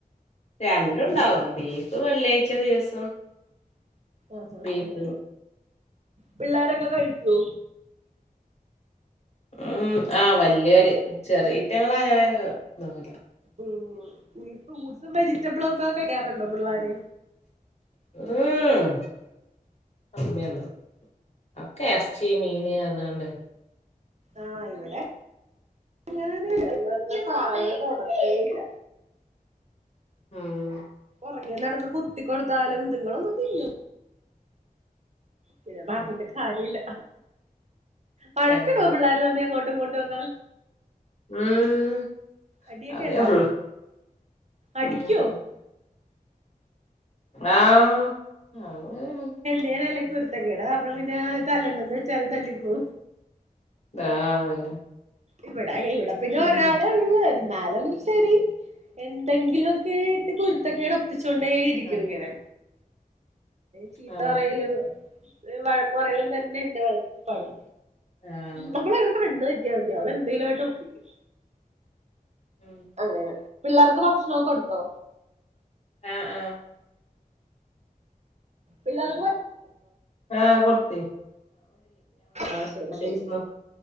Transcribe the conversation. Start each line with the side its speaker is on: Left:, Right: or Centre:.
Left: രണ്ടുണ്ടാവും ബീഫ് വെള്ളിയാഴ്ച ദിവസം
Right: ആഹ് ആ
Left: ബീഫ്
Right: ഹാ പിള്ളോരൊക്കെ കഴിക്കൂ
Left: ഉം ആഹ വല്യൊര് ചെറിയറ്റങ്ങ അങ്ങനെ തി
Right: ഉം ഈ ഫ്രൂട്സും വെജിറ്റബിളും ഒക്കെ കയ്കറുണ്ടോ പിള്ളോര്
Left: ഉം അമ്മയാണ് അക്കെ ഇറച്ചി മീൻ പറഞ്ഞണ്ട്
Right: ആഹ് ഇവിടെ അങ്ങനന്ന് പറഞ്ഞ സായങ്ങള് തൊടർത്തേയില്ല
Left: ഉം
Right: അങ്ങെ നടന്ന് കുത്തി കൊടുത്താലും ഇതുങ്ങളൊന്നുംും ഇല്ലു പിന്നെ
Left: ഉം
Right: പറഞ്ഞിട്ട് കാര്യമല്ല വഴക്കെടുവ
Left: ആഹ്
Right: പിള്ളേർ നമ്മി അങ്ങോട്ട് പോട്ടോക്കാ
Left: ഉം
Right: അടിയൊക്കെ
Left: അതേ
Right: എണ്ട
Left: ഉള്ളു
Right: അടിക്കോ
Left: ഉം ആഹ് അങ്ങനെ
Right: എന്ത നല്ല കുരുത്തക്കേടാ പറഞ്ഞ പിന്നെ തല്ലണ്ടന്ന് വെച്ചാലും തല്ലിപ്പോ
Left: ആഹ് അതന്നെ
Right: ഇവിടെ ഇവിടെ പിന്നെ
Left: ഉം
Right: ഒരാള ഉള്ളൂ എന്നാലും ശെരി എന്തെങ്കിലുമൊക്കെ ഇട്ട് കുരുത്തൊക്കെടെ ഒപ്പിച്ചൊണ്ടേ ഇരിക്കും
Left: ആഹ്
Right: ഇങ്ങനെ ചീത്ത
Left: ആഹ്
Right: പറയലും വഴക്ക പറയലും തന്നെ ഇന്റെ വഴപ്പാണ്
Left: ആഹ്
Right: നമ്മളങ്ങടെ കണ് പറ്റിയാൽ മതി അവള എന്തെലുംയിട്ട് ഒപ്പിക്കും
Left: ഉം
Right: അങ്ങനെ പിള്ളേർക്ക് ഭക്ഷണൊക്കെ എടുത്തോ
Left: ആഹ് ആഹ്
Right: പിള്ളേർ
Left: ആഹ് ഏ കൊത്തി
Right: ആഹ് ശരി ശരി
Left: തിന്നു
Right: ശരി